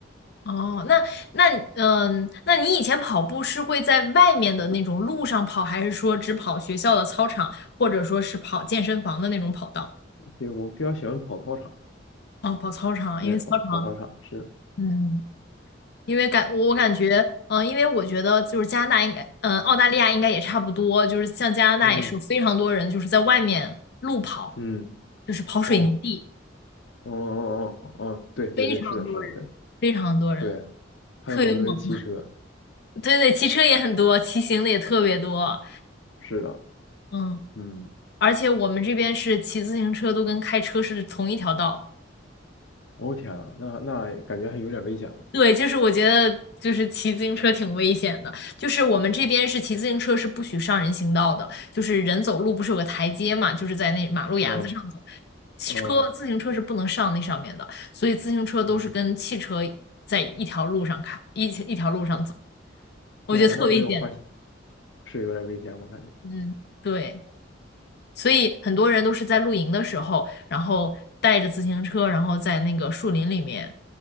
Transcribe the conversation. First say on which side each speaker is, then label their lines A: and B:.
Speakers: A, on the left; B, on the left.
A: 哦，那那嗯，那你以前跑步是会在外面的那种路上跑，还是说只跑学校的操场，或者说是跑健身房的那种跑道？
B: 比我比较喜欢跑操场，
A: 哦，跑操场，
B: 对，
A: 因为操场，
B: 跑跑操场是的
A: 嗯，因为感我感觉，嗯、因为我觉得就是加拿大应该，嗯、澳大利亚应该也差不多，就是像加拿大也是有非常多人就是在外面路跑，
B: 嗯嗯，
A: 就是跑水泥地，
B: 哦。哦哦哦哦，哦，对对对，
A: 非常多人，
B: 是的，是的，对
A: 非常多人，
B: 对，还有很多人骑车，
A: 特别猛。<laughs> 对对，骑车也很多，骑行的也特别多，
B: 是的，
A: 嗯。
B: 嗯，
A: 而且我们这边是骑自行车都跟开车是同一条道。
B: 哦天啊，那那感觉还有点危险了，
A: 对，就是我觉得就是骑自行车挺危险的，就是我们这边是骑自行车是不许上人行道的，就是人走路不是有个台阶嘛，就是在那马路牙子上走，
B: 嗯
A: 车自行车是不能上那上面的，
B: 嗯，
A: 所以自行车都是跟汽车在一条路上开，
B: 哦
A: 一一条路上走，
B: 天啊
A: 我觉得特危险。
B: 天啊那也没有花，是有点危险，我感觉，
A: 嗯，对。所以很多人都是在露营的时候，然后带着自行车，然后在那个树林里面，